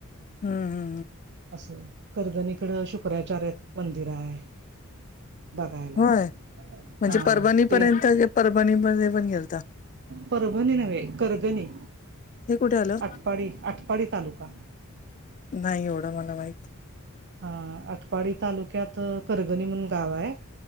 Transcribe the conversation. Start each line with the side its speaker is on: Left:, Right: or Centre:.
Left: हम हम
Right: असं करगनीकडं शुक्राचार्याच मंदिर आहे बघायला
Left: होय म्हणजे
Right: हा
Left: परभणी
Right: ते....
Left: पर्यंत परभणी मध्ये पण गेलता
Right: परभणी नव्हे करगनी....
Left: हे कुठे आलं
Right: आटपाडी आटपाडी तालुका
Left: नाही एवढं मला माहित
Right: हा आटपाडी तालुक्यात करगणी म्हणून गाव आहे